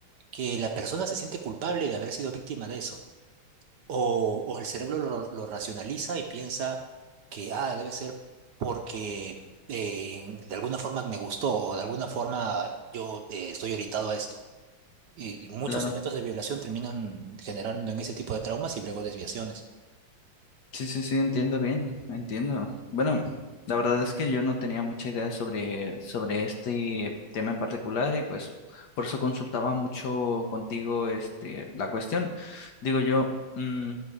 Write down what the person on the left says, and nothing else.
claro.
Sí, sí, sí, entiendo bien, entiendo. Bueno, la verdad es que yo no tenía mucha idea sobre, sobre este tema en particular y pues por eso consultaba mucho contigo este, la cuestión. Digo yo, mm,